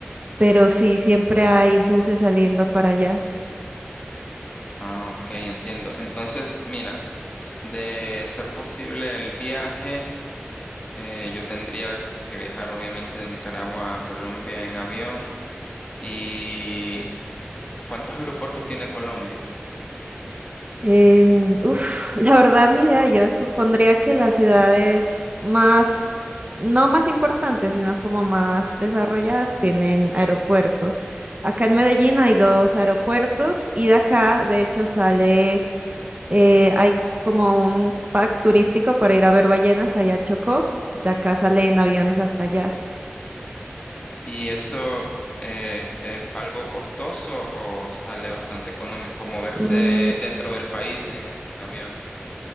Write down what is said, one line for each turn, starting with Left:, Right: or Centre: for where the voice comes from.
Right: pero sí, siempre hay buses saliendo para allá.
Left: Ah, ok, entiendo. Entonces, mira, s- de ser posible el viaje. Eh, yo tendría que viajar obviamente de Nicaragua a Colombia en avión. ¿Y cuántos aeropuertos tiene Colombia?
Right: En- uf, <laughs> la verdad ni idea, yo supondría que las ciudades más, no más importantes, sino como más desarrolladas tienen aeropuerto. Acá en Medellín hay dos aeropuertos y de acá, de hecho, sale, eh, hay como un pack turístico para ir a ver ballenas allá a Chocó, de acá salen aviones hasta allá.
Left: ¿Y eso eh, es algo costoso o sale bastante económico moverse
Right: Mm,
Left: dentro del país en, en avión?